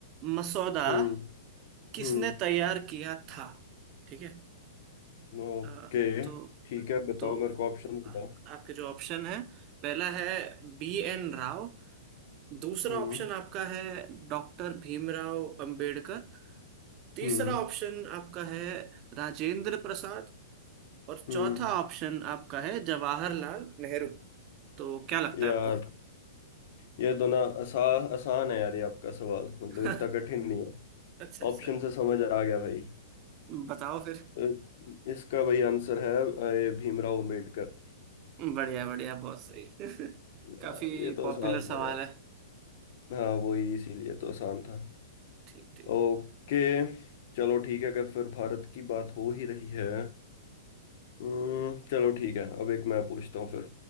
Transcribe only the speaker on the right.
मसौदा
किसने
तैयार किया था ठीक है
अ, तो
तो
आपके जो ऑप्शन है पहला है बी एन राव दूसरा
ऑप्शन आपका है डॉक्टर भीमराव अंबेडकर तीसरा
ऑप्शन आपका है राजेंद्र प्रसाद और
चौथा ऑप्शन आपका है जवाहरलाल नेहरू तो क्या लगता
है आपको
<laughs>
अच्छा अच्छा
बताओ फिर
बढ़िया बढ़िया बहुत सही <laughs>
काफी
पॉपुलर
सवाल
है
ठीक ठीक